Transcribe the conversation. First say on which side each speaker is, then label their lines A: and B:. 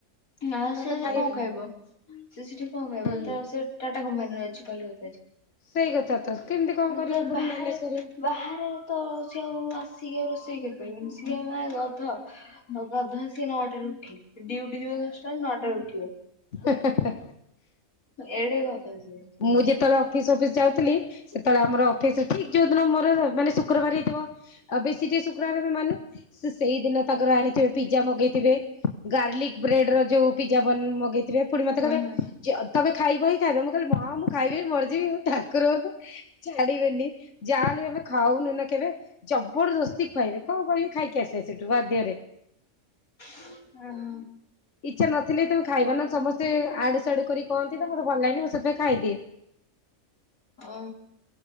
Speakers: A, on the left; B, on the left.
A: ନା
B: ତାଙ୍କର
A: ସେ
B: ତ
A: ସେ
B: ଖାଇବେ।
A: କଣ ଖାଇବ ସେ ସେଠି କଣ
B: ହୁଁ
A: ଖାଇବ ତ ସେ ଟାଟା କମ୍ପାନୀରେ ଅଛି କଲିକତା।
B: ସେଇ କଥା ତ କେମିତି କଣ କରିବେ
A: ତ
B: ପୁଣି
A: ବାହାରେ
B: ମ୍ୟାନେଜ କରିବ।
A: ବାହାରେ ତ ଆଉ ଆସିକି ଆଉ ରୋଷେଇ କରିପାରିବ ସିଏ ମା ଗଧ। ହ ଗଧ ସିଏ ନଅଟାରେ ଉଠିବ ଡ୍ୟୁଟି ଯିବ ଦଶଟାରୁ ନଅଟାରେ ଉଠିବ।
B: ହେ ହେ ହେ।
A: ଏଡେ ଗଧ ସିଏ।
B: ମୁଁ ଯେତେବେଳେ ଅଫିସ ବଫିସ୍ ଯାଉଥିଲି ସେତେବେଳେ ଆମର ଅଫିସ ଠିକ୍ ଯୋଉଦିନ ମୋର ମାନେ ଶୁକ୍ରବାର ହେଇଥିବ ଆଉ ବେଶୀ ଟେ ଶୁକ୍ରବାର ର ମାନୁ। ସେ ସେଇ ଦିନ ତାଙ୍କର ଆଣିଥିବେ ପିଜା ମଗେଇଥିବେ। ଗାର୍ଲିକ ବ୍ରେଡର ଯୋଉ ପିଜା ମଗେଇଥିବେ ପୁଣି ମତେ
A: ହଁ
B: କହିବେ ତମେ ଖାଇବ ହିଁ ଖାଇବ ମୁଁ କହିଲି ମୁଁ ମା ଖାଇବିନି ମରଯିବି ହଉ ଠାକୁର ହ ଛାଡିବେନି। ଯାହା ହେଲେ ଆମେ ଖାଉନୁ ନା କେବେ। ଜବରଦସ୍ତି ଖୁଆଇବେ କଣ କରିବି ଖାଇକି ଆସିବି ସେଠୁ ବାଧ୍ୟରେ।
A: ହଁ।
B: ଇଚ୍ଛା ନଥିଲେ ତମେ ଖାଇବା ନ ସମସ୍ତେ ଆଡୁ ଆଡୁ କରି କନ୍ତି ତ ମତେ ଭଲ ଲାଗନି ମୁଁ ସେଥିପାଇଁ ଖାଇଦିଏ।
A: ଓ